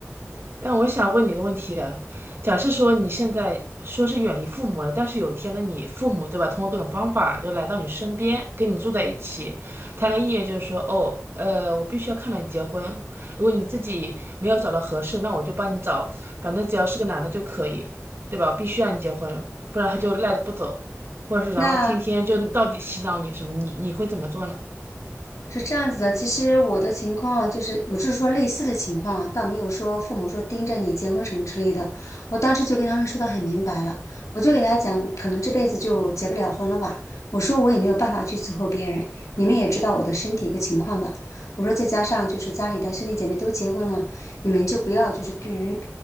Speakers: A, on the right (about 50°); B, on the left (about 80°).
A: 但我想问你个问题啊，假设说你现在说是远离父母了，但是有一天呢，你父母对吧，通过各种方法就来到你身边，跟你住在一起，他的意愿就是说，哦，呃，我必须要看到你结婚，如果你自己没有找到合适，那我就帮你找，反正只要是个男的就可以，对吧？我必须要你结婚，不然他就赖着不走，或者是然后天天就到底洗脑你什么，
B: 那
A: 你你会怎么做呢？
B: 是这样子的，其实我的情况就是，我是说类似的情况啊，倒没有说父母说盯着你结婚什么之类的。我当时就跟他们说的很明白了，我就给他讲，可能这辈子就结不了婚了吧。我说我也没有办法去伺候别人，你们也知道我的身体一个情况的。我说再加上就是家里的兄弟姐妹都结婚了，你们就不要就是对于